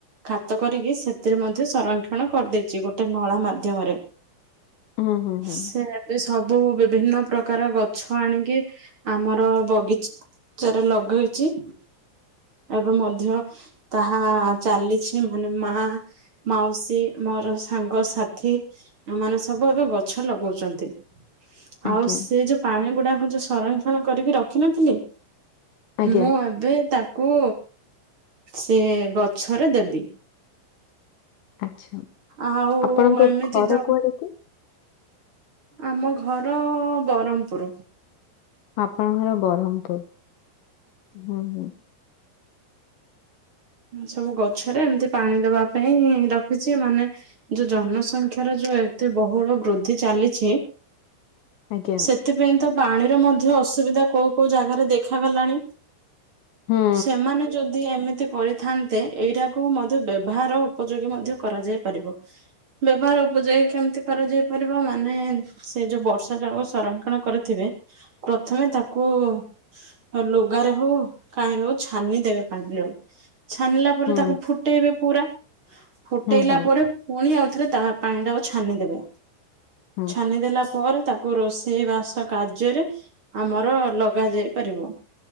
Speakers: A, on the right (about 30°); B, on the left (about 75°).
A: ଖାତ କରିକି ସେ ଥିରେ ମଧ୍ୟ ସଂରକ୍ଷଣ କରିଦେଇଛି ଗୋଟେ ନଳ ମାଧ୍ୟମରେ।
B: ହୁଁ ହୁଁ ହୁଁ
A: ସେ ଏ ସବୁ ବିଭିନ୍ନ ପ୍ରକାର ଗଛ ଆଣିକି ଆମର ବଗିଚା ଚାରେ ଲଗେଇଛି। ଏବେ ମଧ୍ୟ ତାହା ଚାଲିଛି ମାନେ ମା ମାଉସୀ ମୋର ସାଙ୍ଗସାଥି ଆ ମାନେ ସବୁ ଏବେ ଗଛ ଲଗଉଛନ୍ତି।
B: ଆଜ୍ଞା
A: ଆଉ ସେ ଯୋଉ ପାଣି ଗୁଡାକୁ ଯୋଉ ସଂରକ୍ଷଣ କରିକି ରଖିନଥିଲେ
B: ଆଜ୍ଞା
A: ମୁଁ ଏବେ ତାକୁ ସେ ଗଛରେ ଦେବି।
B: ଆଛା
A: ଆଉ
B: ଆପଣଙ୍କ
A: ଏମିତି
B: ଘର
A: ତ
B: କୁଆଡ଼େ କି?
A: ଆମ ଘର ବରମପୁରୁ
B: ଆପଣଙ୍କର ବରହ୍ମପୁରୁ ହୁଁ ହୁଁ।
A: ସବୁ ଗଛରେ ଏମତି ପାଣି ଦବା ପାଇଁ ରଖିଛି ମାନେ। ଯୋଉ ଜନସଂଖ୍ୟାର ଯୋଉ ଏତେ ବହୁଳ ବୃଦ୍ଧି ଚାଲିଛି।
B: ଆଜ୍ଞା
A: ସେଥିପାଇଁ ତ ପାଣିର ମଧ୍ୟ ଅସୁବିଧା କୋଉ କୋଉ ଜାଗାରେ ଦେଖାଗଲାଣି।
B: ହୁଁ
A: ସେମାନେ ଯଦି ଏମିତି କରିଥାନ୍ତେ ଏଇଟାକୁ ମଧ୍ୟ ବ୍ୟବହାର ଉପଯୋଗୀ ମଧ୍ୟ କରାଯାଇ ପାରିବ। ବ୍ୟବହାର ଉପଯୋଗ କେମିତି କରାଯାଇ ପାରିବ ମାନେ ସେ ଯୋଉ ବର୍ଷା ଜଳକୁ ସଂରକ୍ଷଣ କରିଥିବେ ପ୍ରଥମେ ତାକୁ ଆଉ ଲୁଗାରେ ହଉ କାହିଁରେ ହଉ ଛାନି ଦେବେ ପାଣିରାକୁ ଛାନିଲା ପରେ
B: ହୁଁ
A: ତାକୁ ଫୁଟେଇବେ ପୁରା ଫୁଟେଇଲା
B: ହୁଁ ହୁଁ।
A: ପରେ ପୁଣି ଆଉଥରେ ତା ପାଣି ଟାକୁ ଛାନିଦେବେ
B: ହୁଁ
A: ଛାନିଦେଲା ପରେ ତାକୁ କୁ ରୋଷେଇ ବାସ କାର୍ଯ୍ୟରେ ଆମର ଲଗା ଯାଇ ପାରିବ।